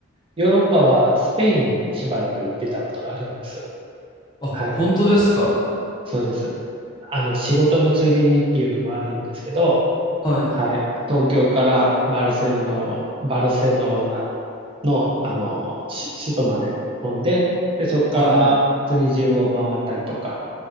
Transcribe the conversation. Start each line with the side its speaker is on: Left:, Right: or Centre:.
Right: ヨーロッパはスペインにしばらく行ってたことがあるんです。
Left: あ、
Right: はい。
Left: 本当ですか
Right: そうです。あの、仕事のついでにっていうのもあるんですけど、
Left: はい。
Right: はい。東京からバルセロ、バルセロナの、あの、し首都まで飛んで、で、そこから国中を回ったりとか、
Left: はい。